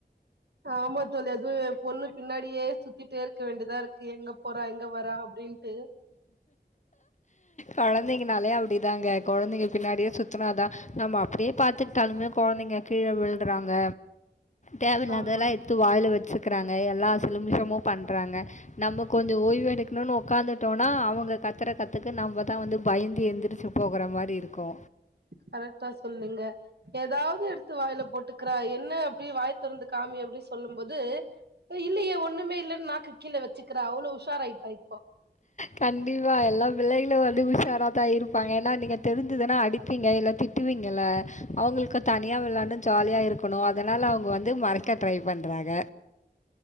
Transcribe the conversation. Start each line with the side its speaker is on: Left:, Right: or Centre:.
Right: ஆமா தோழி அதுவு எ பொண்ணு பின்னாடியே சுத்திட்டே இருக்க வேண்டியதா இருக்கு எங்க போறா எங்க வரா அப்டின்ட்டு
Left: கொழந்தைங்கனாலே அப்டிதாங்க கொழந்தைங்க பின்னாடியே சுத்துனாதா நம்ம அப்படியே பாத்துக்கிட்டாலுமே கொழந்தைங்க கீழ விழுறாங்க தேவயில்லாததுல்லா
Right: ஆமா
Left: எடுத் து வாயில வச்சுக்கிறாங்க எல்லா சிலுமிஷமு பண்றாங்க நம்ம கொஞ்சோ ஓய்வு எடுக் குனுனு ஒக்காந்துட்டோனா அவங்க கத்துற கத்துக்கு நம்பதா வந்து பயந்து எழுந்திரிச்சு போகிற மாரி இருக்கு
Right: கரெக்டா சொன்னீங்க ஏதாவது எடுத்து வாயில போட்டுக்கிறா என்ன அப்டி வாய தொறந்து காமி அப்டின்னு சொல்லும்போது இல்லையே ஒண்ணுமே இல்லன்னு நாக்கு கீழ வச்சுக்கிற அவ்ளோ உஷாராயிட்டா இப்ப
Left: கண்டிப்பா எல்லா பிள்ளைகளு வந்து உஷாராதா இருப்பாங்க ஏன்னா நீங்க தெரிஞ்சிதுனா அடிப்பீங்க இல்ல திட் டுவீங்கள அவங்களுக் க்க தனியா வெள்ளாண்னு ஜாலியாக இருக்கேணு அதனால அவுங்க வந்து மறைக்க ட்ரை பண்றாங்க